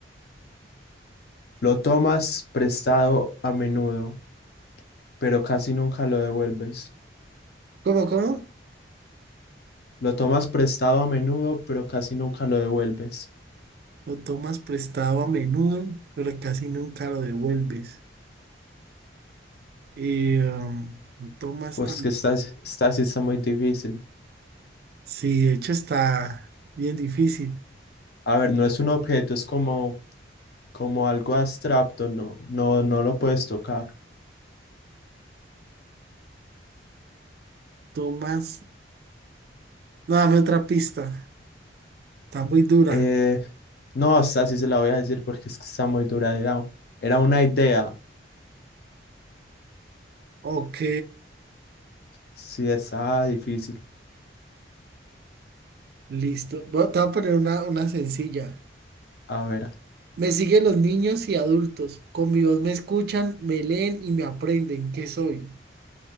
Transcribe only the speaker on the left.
Lo tomas prestado a menudo, pero casi nunca lo devuelves.
Lo tomas prestado a menudo, pero casi nunca lo devuelves.
Pues
que esta, esta sí está muy difícil.
A ver, no es un objeto, es como como algo abstracto, no, no, no lo puedes tocar.
Eh, no, hasta así se la voy a decir porque es que está muy dura. Era, era una idea.
Sí, está difícil.
A ver,